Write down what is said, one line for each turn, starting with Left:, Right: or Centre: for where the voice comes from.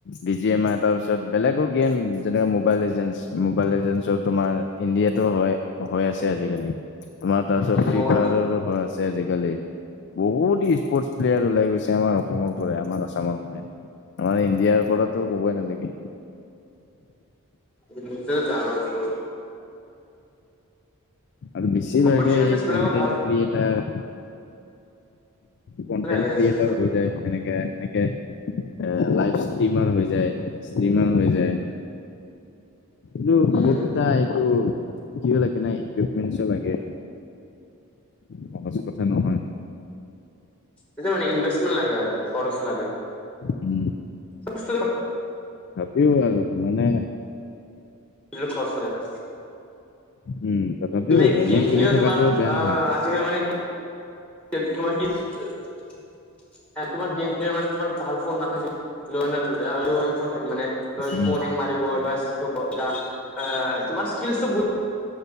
Left: বি জি এম, আই তাৰপিছত বেলেগৰ গেম যেনেকে মোবাইল এজেঞ্চ, মোবাইল এজেঞ্চৰ তোমাৰ। ইণ্ডিয়াতো, হয় হৈ আছে আজিকালি তোমাৰ তাৰপিছত
Centre: উম
Left: ফ্ৰী
Centre: মোবাইল
Left: ফায়াৰো, হৈ আছে। আজিকালি বহুত স্পৰ্টচ প্লেয়াৰ ওলাই গৈছে আমাৰ অসমৰ পৰাই আমাৰ আসামৰ পৰাই। আমাৰ ইণ্ডিয়াৰ, পৰাতো কবই নালাগে।
Centre: উম জানো ৰ
Left: আৰু বেছিভাগে
Centre: অপৰচুনিটিজ
Left: এই
Centre: বিলাকো
Left: কনটেণ্ট
Centre: ভাল
Left: ক্ৰিয়েটাৰ,। কনটেণ্ট
Centre: ভালে আহি
Left: ক্ৰিয়েটৰ
Centre: আছে
Left: হৈ যায় এনেকে। লাই ষ্টিমাৰ হৈ যায় ষ্টমাৰ হৈ যায়।
Centre: <inaudible>
Left: মোৰ
Centre: উম
Left: বতা এইটো। কিও লাগে নাই ইকুইপমেন্টও লাগে সহজ কথা নহয়।
Centre: সটো মানে ইনভেষ্টমেণ্ট, লাগে আৰু খৰচ লাগে।
Left: উম।
Centre: বস।
Left: হিউ আৰু মানে।
Centre: <unintelligible> লগতো
Left: উম, তথাপিও
Centre: তুমি
Left: এনে
Centre: গেম খেলি
Left: থকাটো
Centre: তোমাৰ। তেতিয়া
Left: বেয়া নহয়।
Centre: মানে। <inaudible> তোমাৰ গেম খেলিল মানে তোমাৰ ভাল ফোন নথাকিল ল ফোন থাকে মানে। দৰ
Left: উম,
Centre: ফোন এ সেং মাৰিব বাব <unintelligible> তোমাৰ স্কিলটো বহুত